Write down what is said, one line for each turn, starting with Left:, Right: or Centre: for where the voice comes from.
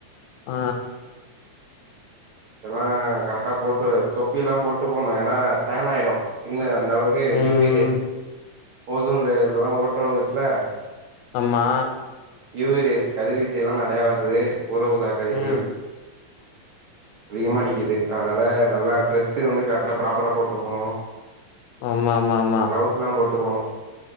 Left: ஆ
Right: இதெல்லா கரெக்டா போட்டு தொப்பி எல்லா போட்டு போணு ஏன்னா டான் ஆயிடு ஸ்கின்னு அந் அந்த அளவுக்கு
Left: ம் ம்
Right: யூவி ரேஸ் ஓசோன் லேயர்லதா ஓட்ட உளுந்துட்டுல்ல
Left: அம்மா
Right: யூ வி ரேஸ் கதிர்வீச்சிகலா நெறைய வருது பூற ஊதா கதிர்கள்
Left: ம்
Right: அதிகமா அடிக்குது அதனால நல்லா டிரரெஸ்ஸு வந்து கரெக்டா ப்ராப்பரா போட்டு போணு
Left: ஆமா ஆமா ஆமா
Right: கிளவுஸ்லா போட்டு போணு